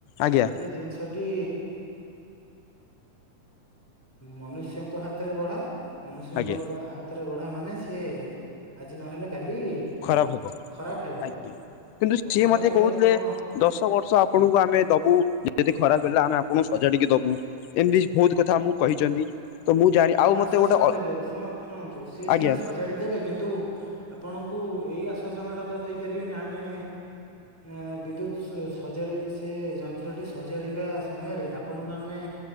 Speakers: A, on the left; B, in the centre.
A: ଆଜ୍ଞା!
B: ସେ ଜିନିଷଟି ମନୁଷ୍ୟଙ୍କ ହାତରେ ଗଢ଼ା, ମନୁଷ୍ୟ
A: ଆଜ୍ଞା
B: ଙ୍କର ହା ଗଢା ମାନେ ସିଏ, ଆଜି ନହେଲେ କାଲି
A: ଖରାପ ହବ,
B: ଖରାପ ହେବ
A: ଆଜ୍ଞା! କିନ୍ତୁ,
B: ତ
A: ସିଏ
B: ଖରାପ
A: ମତେ
B: ହେଲେ
A: କହୁଥିଲେ
B: ଆପଣ
A: ଦଶ ବର୍ଷ ଆପଣଙ୍କୁ ଆମେ ଦବୁ, ଯଦି ଖରାପ ହେଲା ଆମେ ଆପଣଙ୍କୁ ସଜାଡିକି ଦବୁ। ଏମିତି ବହୁତ ଥା ଆମକୁ କହିଛନ୍ତି। ତ ମୁଁ ଜାଣି ଆଉ
B: ସେ ଆଶ୍ଵାସନ
A: ମତେ ଗୋଟେ
B: ଦେବେ, ଶୁଣନ୍ତୁ-ଶୁଣନ୍ତୁ ସିଏ
A: ଆଜ୍ଞା
B: ସିନା ସଜ ଜାଡି ଦେବେ। କିନ୍ତୁ, ଆପଣଙ୍କୁ ଏଇ ଆଶ୍ଵାସନ ଟା ତ ଦେଇପାରିବେନି ଆମେ ଆଁ! ବିଦ୍ୟୁତ ସଜାଡି ସେ ଯନ୍ତ୍ରଟି ସଜାଡ଼ିବା ସମୟରେ ଆପଣଙ୍କୁ ଆମେ